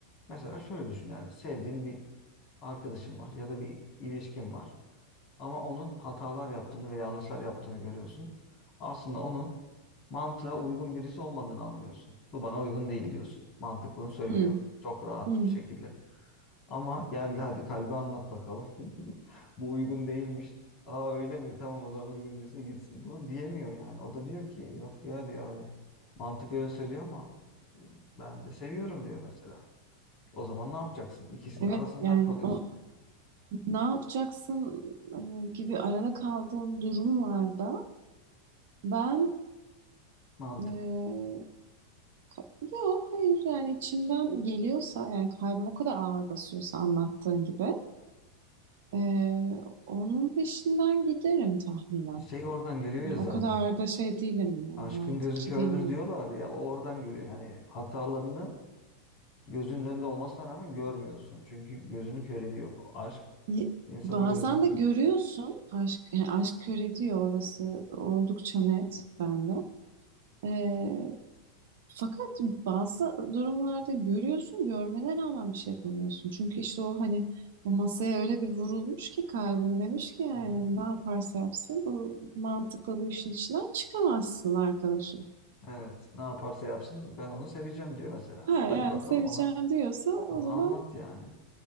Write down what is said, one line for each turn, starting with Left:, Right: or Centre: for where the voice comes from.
Left: Mesela şöyle düşün yani sevdiğin bir arkadaşın var ya da bir ilişkin var. Ama onun hatalar yaptığını ve yanlışlar yaptığını görüyorsun. Aslında onun mantığa uygun birisi olmadığını anlıyorsun. Bu bana uygun değil diyorsun. Mantık bunu söylüyor.
Right: Hmm.
Left: Çok rahat
Right: Hı,
Left: bir şekilde. Ama geldi hadi kalbi anlat bakalım. <laughs> Bu uygun değilmiş. Aa öyle mi? Tamam o zaman uygun değilse gitsin. Bunu diyemiyor yani. O da diyor ki yok ya diyor hani mantık öyle söylüyor ama ben de seviyorum diyor mesela. O zaman ne yapacaksın? İkisinin
Right: evet
Left: arasında
Right: yani
Left: kalıyorsun
Right: o
Left: yani.
Right: ne yapacaksın e, gibi arada kaldığım durumlarda ben
Left: Mantık.
Right: e, ka- yo hayır yani içimden geliyorsa yani kalbim o kadar ağır basıyorsa anlattığın gibi e, onun peşinden giderim tahminen.
Left: Şey oradan geliyor
Right: Yani
Left: ya zaten.
Right: o kadar da şey değilim yani
Left: Aşkın
Right: mantıkçı
Left: gözü kördür
Right: değilim dedim.
Left: diyorlar ya o oradan görüyor. Yani hatalarını gözünün önünde olmasına rağmen görmüyorsun. Çünkü gözünü kör ediyor. O aşk
Right: Ye-
Left: insanın
Right: Bazen
Left: gözünü kör.
Right: de görüyorsun aşk, yani aşk kör ediyor orası oldukça net bende. E, Fakat bazı durumlarda görüyorsun, görmene rağmen bir şey yapamıyorsun. Çünkü işte o hani o masaya öyle bir vurulmuş ki kalbin demiş ki yani
Left: Hı hı.
Right: hani ne yaparsa yapsın bu mantıkla bu işin içinden çıkamazsın arkadaşım.
Left: Evet ne yaparsa yapsın ben onu seveceğim diyor mesela.
Right: Ha yani
Left: Hadi bakalım
Right: seveceğim
Left: ona
Right: diyorsa o
Left: onu
Right: zaman
Left: anlat yani.